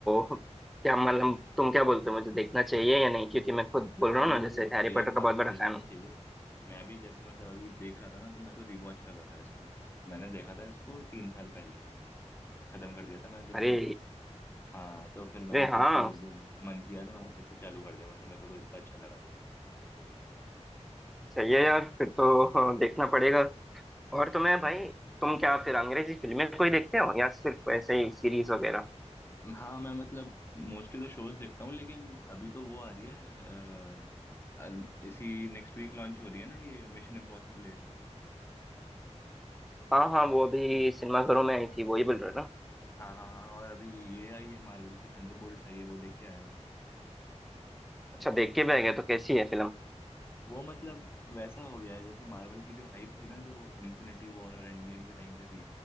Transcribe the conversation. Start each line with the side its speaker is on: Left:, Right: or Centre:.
Centre: <laughs> क्या मतलब तुम क्या बोलते हो मुझे देखना चाहिए या नहीं क्योंकि मैं खुद बोल
Left: हाँ
Centre: रहा हूँ
Left: नहीं
Centre: ना
Left: मतलब
Centre: जैसे हैरी
Left: एक
Centre: पॉटर का
Left: बार
Centre: बहुत
Left: तो
Centre: बड़ा
Left: देखना
Centre: फैन
Left: ही
Centre: हूँ
Left: चाहिए मैं भी जैसे मतलब अभी देख रहा था ना तो मैं तो रिवॉच कर रहा था इसको मैंने देखा था इसको तीन साल पहले खत्म कर दिया था मैंने देख
Centre: अरे
Left: के हाँ तो फिर मैंने
Centre: अरे
Left: फिर
Centre: हाँ
Left: से एक दिन मन किया तो मैंने फिर से चालू कर दिया मतलब मेरे को तो इतना अच्छा लगा ये
Centre: सही है यार फिर तो <laughs> देखना पड़ेगा और तुम्हें भाई तुम क्या फिर अंग्रेजी फिल्में कोई देखते हो या सिर्फ ऐसे ही सीरीज वगैरह
Left: हाँ मैं मतलब मोस्टली तो शोज देखता हूँ लेकिन अभी तो वो आ रही है अ, अन- इसी नेक्स्ट वीक लॉन्च हो रही है ना ये मिशन इम्पॉसिबल एट
Centre: हाँ हाँ वो अभी सिनेमाघरों में आई थी वही बोल रहे हो ना
Left: हाँ हाँ हाँ और अभी ये आई है मार्वल की थंडरबोल्ट्स आई है वो देख के आया
Centre: अच्छा देख के भी आ गया तो कैसी है फिल्म
Left: वो मतलब वैसा हो गया है जैसे मार्वल की जो हाइप थी ना जो इन्फिनिटी वॉर और एंड गेम के टाइम पे थी